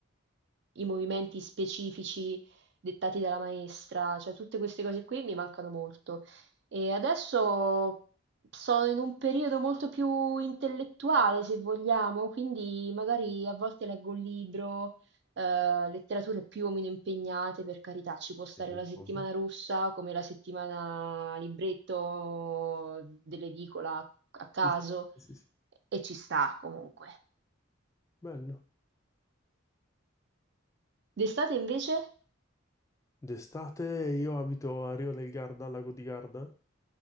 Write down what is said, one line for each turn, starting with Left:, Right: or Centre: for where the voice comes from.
Right: i movimenti specifici dettati dalla maestra, cioè tutte queste cose qui mi mancano molto. E adesso sono in un periodo molto più intellettuale, se vogliamo, quindi magari a volte leggo un libro, eh, letterature più o meno impegnate, per carità, ci può stare
Left: Eh,
Right: la settimana
Left: ovvio.
Right: russa come la settimana libretto dell'edicola a caso,
Left: Sì, sì, sì, sì.
Right: e ci sta comunque.
Left: Bello.
Right: D'estate invece?
Left: D'estate io abito a Riva del Garda, al lago di Garda,